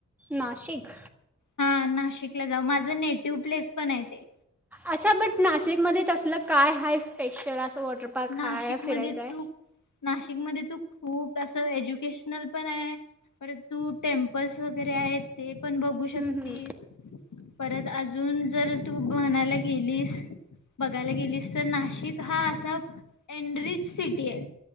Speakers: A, in the centre; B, on the left.
A: नाशिक
B: हा नाशिकला जाऊ माझं नेटिव प्लेस पणे ते
A: अच्छा बट नाशिकमध्ये तसलं काय हाय स्पेशल असं वा वॉटरपार्क
B: नाशिकमध्ये
A: हाय फिरायचा हाय
B: तू नाशिकमध्ये तू खूप असं एज्युकेशनल पणे परत टेम्पल्स वगैरे आहे ते पण बघू शकतीस
A: हं, हं.
B: परत अजून जर तू म्हणायला गेलीस बघायला गेलीस तर नाशिक हा असा एनडरिच सिटीये